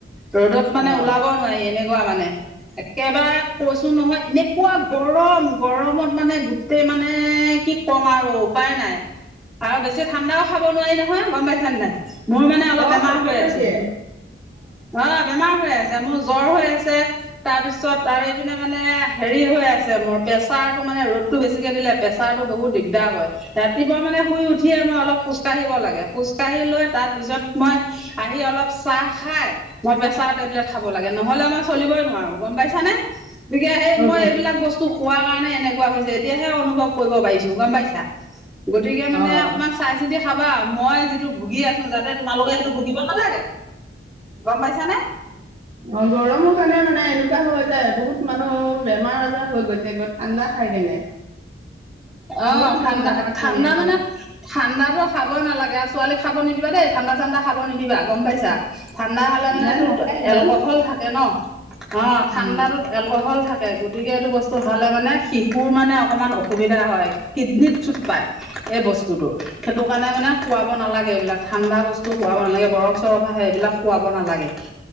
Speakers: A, in the centre; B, on the right.
A: ৰ'দত মানে
B: অ',
A: ওলাব নোৱাৰি এনেকুৱা মানে একেবাৰে কৈছো নহয় এনেকুৱা গৰম গৰমত মানে গোটেই মানে কি ক'ম আৰু উপায় নাই আৰু বেছি ঠাণ্ডাও খাব নোৱাৰি নহয় গম পাইছান নাই মোৰ মানে অলপ
B: অ',
A: বেমাৰ
B: ক্ষতি
A: হৈ
B: কৰি
A: আছে
B: দিয়ে
A: অ বেমাৰ হৈ আছে মোৰ জ্বৰ হৈ আছে তাৰপিছত আৰু এইপিনে মানে হেৰি হৈ আছে মোৰ প্ৰেছাৰটো মানে ৰ'দতটো বেছিকে দিলে প্ৰেছাৰতটো বহুত দিগদাৰ কৰে ৰাতিপুৱা মানে শুই উঠিয়ে আমাৰ অলপ খোজকাঢ়িব লাগে খোজ কাঢ়ি লৈ তাৰ পিছত মই আহি অলপ চাহ খাই মই প্ৰেচাৰ টেবলেট খাব লাগে নহলে মই চলিবই নোৱাৰো গম পাইছা নে গতিকে সেই
B: অ',
A: মই এইবিলাক বস্তু খোৱা কাৰণে এনেকুৱা হৈছে এতিয়াহে অনুভৱ কৰিব পাৰিছো গম পাইছা গতিকে মানে
B: অ',
A: অকণমান চাই চিতি খাবা মই যিটো ভুগি আছো যাতে তোমালোকে সেইটো ভুগিব নালাগে গম পাইছানে
B: অ গৰমৰ কাৰণে মানে এনেকুৱা হৈ যায় বহুত মানুহৰ বেমাৰ আজাৰ হৈ গৈছে গৈ ঠাণ্ডা খাই কেনে
A: অ
B: বহুত
A: ঠাণ্ডা
B: মানুহ বেমাৰত
A: ঠাণ্ডা
B: পৰি আছে
A: মানে ঠাণ্ডাতো খাব নালাগে আৰু ছোৱালীক খাব নিদিবা দেই ঠাণ্ডা চা ঠাণ্ডা খাব নিদিবা গম পাইছা ঠাণ্ডা খালে মানে
B: নাই
A: এটোত
B: নাখায় ইমান
A: এলকহল থাকে ন অ ঠাণ্ডাতোত
B: উম,
A: এলকহল থাকে গতিকে এইটো বস্তু খালে মানে শিশুৰ মানে অকমান অসুবিধা হয় কিডনত চুট পায় এই বস্তুতটো সেইটো কাৰণে মানে খুৱাব নালাগে এইবিলাক ণ্ডা বস্তু খুৱাব নালাগে বৰফ চৰফ আহে এইবিলাক খুৱাব নালাগে